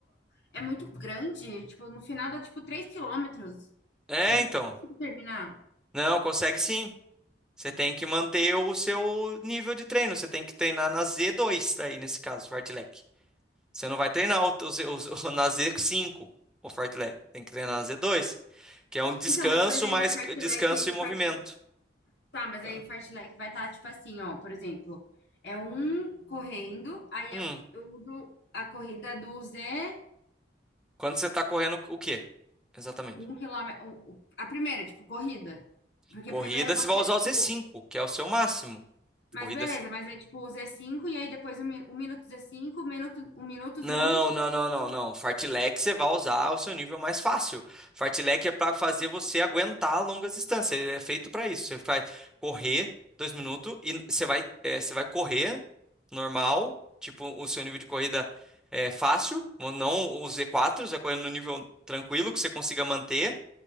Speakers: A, on the left; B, in the centre.
A: é muito grande. Tipo, no final dá, tipo, 3 quilômetros.
B: É,
A: Eu não
B: então.
A: consigo terminar.
B: Não, consegue sim. Você tem que manter o seu nível de treino. Você tem que treinar na Z2, daí, nesse caso, fartlek. Você não vai treinar o, o, Z- o- <laughs> na Z5, o fartlek. Tem que treinar na Z2, que é um descanso,
A: Então, mas, por exemplo,
B: mais
A: o fartlek,
B: descanso
A: o
B: e movimento.
A: fart... Tá, mas
B: tá?
A: aí o fartlek vai estar, tipo assim, ó, por exemplo, é um correndo, aí
B: Hum,
A: eu, eu uso a corrida do Z.
B: quando você está correndo, o quê? Exatamente.
A: um quilômetro. um, um, A primeira, tipo, corrida. Porque
B: Corrida,
A: primeiro você,
B: você vai usar
A: tipo.
B: o Z5, que é o seu máximo.
A: Mas
B: Corrida.
A: beleza, mas é tipo o z cinco e aí depois o, mi- o minuto z cinco o minuto, o minuto
B: Não,
A: z um
B: não, não, não, não. Fartlek você vai usar o seu nível mais fácil. Fartlek é para fazer você aguentar longas distâncias. Ele é feito para isso. Você vai correr dois minutos e você vai, eh, você vai correr normal, tipo o seu nível de corrida é fácil, não o Z4, você vai correndo no nível tranquilo que você consiga manter